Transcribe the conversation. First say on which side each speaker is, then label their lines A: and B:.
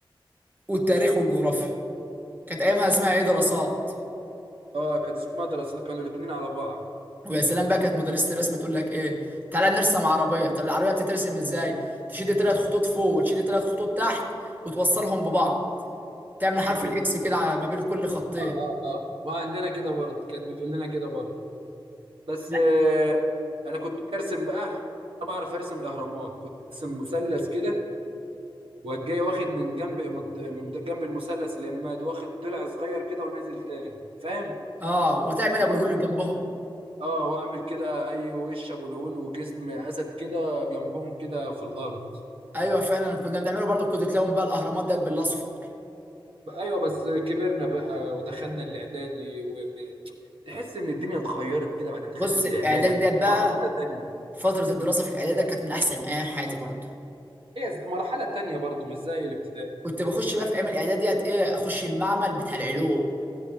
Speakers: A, on the right; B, on the right.
A: والتاريخ والجغرافيا كانت ايامها اسمها ايه دراسات
B: اه كانت اسمها دراسات كانوا الاثنين على بعض
A: ويا سلام بقى كانت مدرسه الرسم تقول لك ايه تعالى نرسم عربيه طب العربيه بتترسم ازاي تشد ثلاث خطوط فوق وتشد ثلاث خطوط تحت وتوصلهم ببعض تعمل
B: ميكس
A: حرف
B: كده
A: الاكس كده على- ما بين كل خطين
B: اه اه اه وعندنا كده برضه كانت بتقول لنا كده برضه بس
A: لا
B: آه انا كنت ارسم بقى انا بعرف ارسم الاهرامات كنت ارسم مثلث كده والجاي واخد من جنب من جنب المثلث اليماد واخد ضلع صغير كده ونازل تاني فاهم
A: اه وتعمل ابو الهول جنبهم
B: اه واعمل كده اي وش ابو الهول وجسم اسد كده جنبهم كده في الارض
A: ايوه فعلا كنا بنعمله برضو كنت تلون بقى الاهرامات ديت بالاصفر
B: بقى ايوه بس كبرنا بقى ودخلنا الاعدادي وتحس ان الدنيا اتغيرت كده بعد ما دخلت
A: بص
B: الاعدادي
A: الاعدادي ديت بقى
B: مرحله تانية
A: فتره الدراسه في الاعدادي ديت كانت من احسن ايام حياتي برضو
B: هي ز- مرحله تانية برضو مش زي الابتدائي
A: كنت بخش بقى في ايام الاعدادي ديت ايه اخش المعمل بتاع العلوم